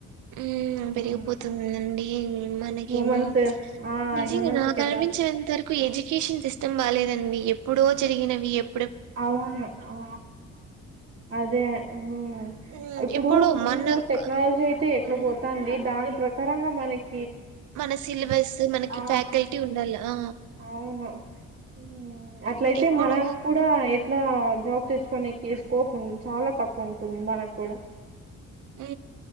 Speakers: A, on the right; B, on the right.
A: ఊ పెరిగిపోతుందిండి
B: ఉమ్.
A: మనకేమో
B: హ్యూమన్స్ ఆ
A: నిజంగా
B: హ్యూమన్స్
A: నాకు
B: కెపా
A: అనిపించేంత వరకు ఎజు ఎడ్యుకేషన్ సిస్టమ్ బాలేదండి ఎప్పుడో జరిగినవి ఎప్
B: అవును ఆ అదే ఊ
A: హ్మ్
B: ఇప్పుడు
A: ఎప్పుడో
B: ముందు
A: మనకు
B: టెక్నాలజీ అయితే ఎట్ల పోతు తాంది దాని ప్రకారంగా మనకి
A: మన సిలబస్ మనకి
B: ఆ
A: ఫ్యాకల్టీ ఉండల్ల ఆ
B: అవును ఊ అట్లయితే
A: ఎప్పుడు
B: మనం కూడా ఎట్లా జాబ్ తెచ్చుకునేకి స్కోప్ ఉ చాలా తక్కువ ఉంటుంది మనకు కూడా
A: ఊ